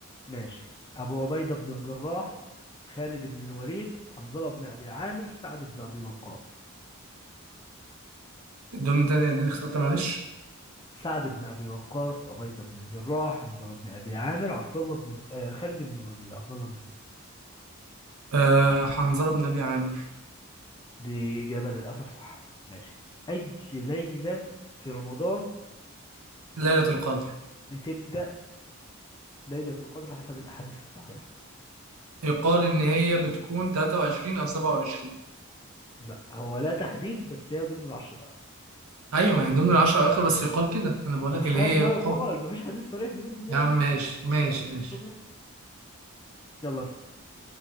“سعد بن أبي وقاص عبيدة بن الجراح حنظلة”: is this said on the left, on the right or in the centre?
Left